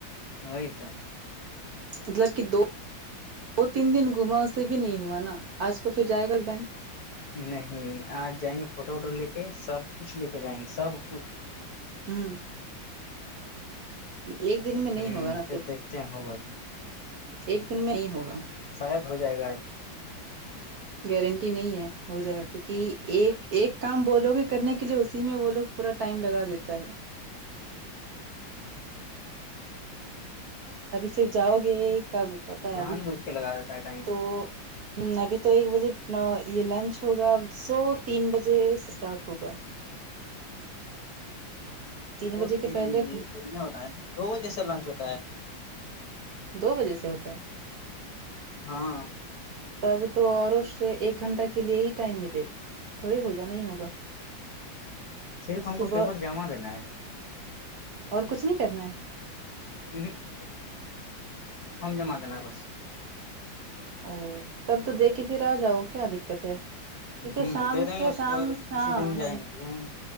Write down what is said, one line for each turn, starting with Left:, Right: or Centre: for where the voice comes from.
Left: وہی تو
Right: مطلب کہ دو دو تین دن گھما اسے بھی نہیں ہوا نا آج کو پھر جائے گا بینک
Left: نہیں آج جائیں گے فوٹو ووٹو لے کے سب کچھ لے کے جائیں گے سب کچھ
Right: ہوں ایک دن
Left: ہوں
Right: میں نہیں ہوگا نا
Left: پھر دیکھتے ہیں ہوگا
Right: ایک دن میں نہیں ہوگا
Left: شاید ہو جائے گا آج
Right: <unintelligible> گارنٹی نہیں ہے ہو جائے گا کیونکہ ایک ایک کام ب لوگے کرنے کے لیے اسی میں وہ لو پورا ٹائم لگا دیتا ہے ابھی پھر جاؤ گے کب پتا ہے
Left: جان بوج کے لگااتا ہے ٹائم
Right: تو ہ ابھی تو ایک بجے یہ لنچ ہوگا سو تین بجے اسٹارٹ ہوگا تین
Left: وہ
Right: بجے کے
Left: تری
Right: پہلے
Left: ہو رہا ہے نا دو وہجہ سےا لانچ ہوتا ہے
Right: دو بجے سے ہوتا ہے
Left: ہاں
Right: تب تو اور اس سے ایک گھنٹہ کے لیے ہی ٹائم ملے گا تھوڑی ہوگا نہیں ہوگا
Left: صرف
Right: صبح
Left: ہم کو پیپر جمع دینا ہے
Right: اور کچھ نہیں کرنا ہے
Left: ہمم ہم جمع دینا ہے بس
Right: او تب تو دیکے پھر آ جاؤ کیا دقت ہے کیونکہ
Left: ہ
Right: شام
Left: دے دیں
Right: کے
Left: گے اس
Right: شام
Left: بعد اگر
Right: ہاں
Left: کسی دن جائیں
Right: ہاں
Left: گے تو جائیں